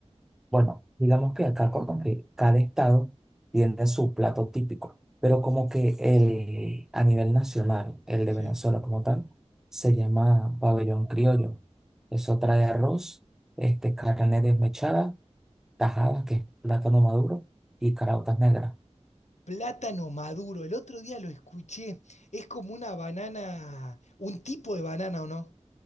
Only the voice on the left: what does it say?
Sí.
Plátano maduro. El otro día lo escuché. Es como una banana, un tipo de banana, ¿o no?